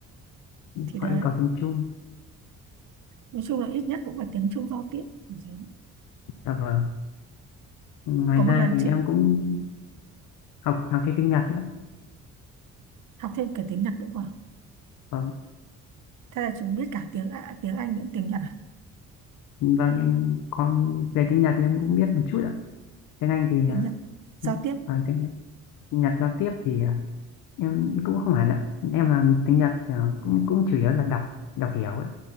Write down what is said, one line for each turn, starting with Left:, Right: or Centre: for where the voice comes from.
Right: thì
Left: họ
Right: đấy
Left: yêu cầu tiếng Trung
Right: nói chung là ít nhất cũng phải tiếng Trung giao tiếp Như thế.
Left: à, vâng ngoài
Right: có một
Left: ra
Right: lần
Left: thì
Right: chị
Left: em cũng học học thêm tiếng Nhật nữa
Right: học thêm cả tiếng Nhật nữa mà
Left: vâng
Right: thế là chúng biết cả tiếng à, tiếng Anh lẫn tiếng Nhật à
Left: vâng em còn về tiếng Nhật thì em cũng biết một chút ạ tiếng Anh thì
Right: tiếng
Left: à,
Right: Nhật giao tiếp
Left: còn tiếng Nhật giao tiếp thì à, em cũng không hẳn ạ em là tiếng Nhật kiểu, cũng cũng chủ yếu là đọc đọc hiểu ấy